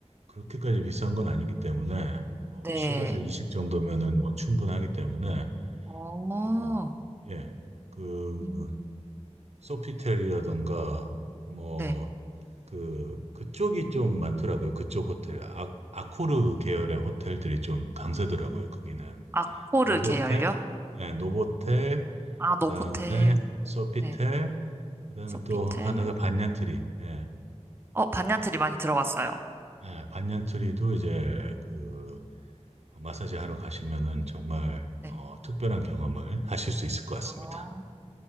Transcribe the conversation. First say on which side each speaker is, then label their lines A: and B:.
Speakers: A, on the right; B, on the right.
A: 그렇게까지 비싼 건 아니기 때문에 어,
B: 네.
A: 10에서 20 정도면은 뭐 충분하기 때문에
B: 어.
A: 어, 예. 그,
B: 음,
A: 소피텔이라던가, 뭐,
B: 네.
A: 그, 그쪽이 좀 많더라고요. 그쪽 호텔. 아, 아코르 계열의 호텔들이 좀 강세더라고요. 거기는.
B: 아코르
A: 노보텔,
B: 계열요?
A: 네, 노보텔,
B: 아, 노보텔.
A: 그 다음에 소피텔,
B: 네.
A: 그 다음에
B: 소피텔.
A: 또 하나가 반얀트리. 예.
B: 어, 반년트리 많이 들어봤어요.
A: 예, 반얀트리도 이제 그, 마사지 하러 가시면은 정말,
B: 네.
A: 어, 특별한 경험을 하실 수 있을 것 같습니다.
B: 어,